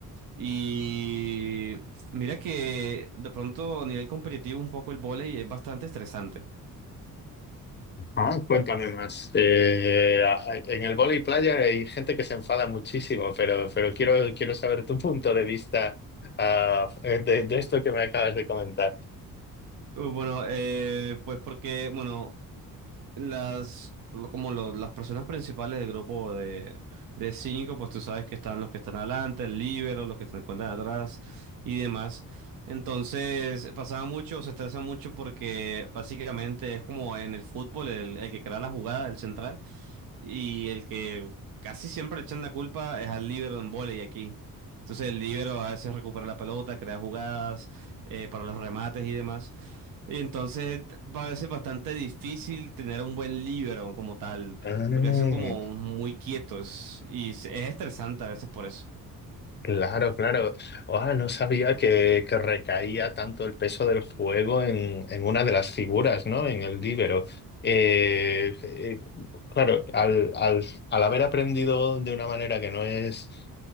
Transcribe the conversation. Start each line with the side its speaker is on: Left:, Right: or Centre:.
Right: Y mira que de pronto a nivel competitivo un poco el vóley es bastante estresante.
Left: Ah, cuéntame más. Eh, a- a- en el vóley playa hay gente que se enfada muchísimo, pero, pero quiero, quiero saber tu punto de vista ah, de, de esto que me acabas de comentar.
Right: Uh, Bueno, eh, pues porque, bueno, las, lo- como lo- las personas principales del grupo de, de cinco, pues tú sabes que están los que están adelante, el líbero, los que se encuentran atrás y demás. Entonces, pasaba mucho, se estresa mucho porque básicamente es como en el fútbol, el, el que crea la jugada, el central. Y el que casi siempre le echan la culpa es al líbero en vóley aquí. Entonces el líbero a veces recupera la pelota, crea jugadas eh, para los remates y demás. Y entonces va a veces bastante difícil tener un buen líbero como tal,
Left: Mm,
Right: porque son como muy quietos y es es estresante a veces por eso.
Left: claro, claro. Ah, no sabía que, que recaía tanto el peso del fuego en, en una de las figuras, ¿no? En el líbero. Eh, eh, claro, al, al, al haber aprendido de una manera que no es